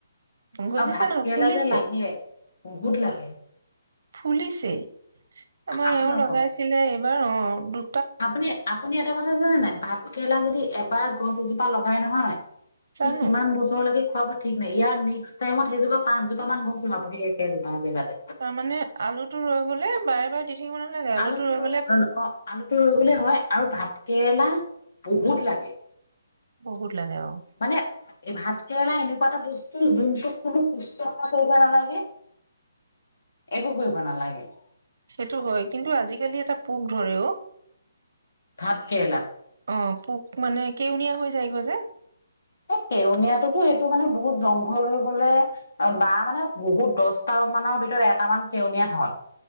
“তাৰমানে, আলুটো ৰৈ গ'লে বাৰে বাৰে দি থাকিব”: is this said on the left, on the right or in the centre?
Right